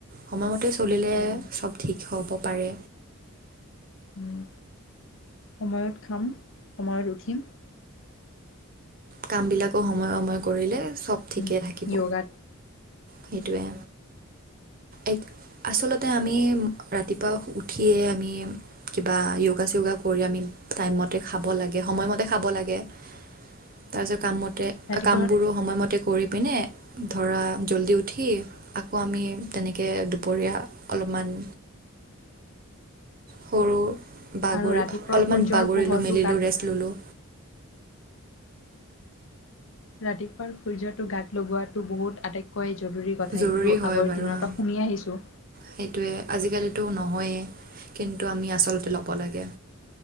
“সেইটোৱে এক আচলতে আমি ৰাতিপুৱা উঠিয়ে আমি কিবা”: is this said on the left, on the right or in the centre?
Right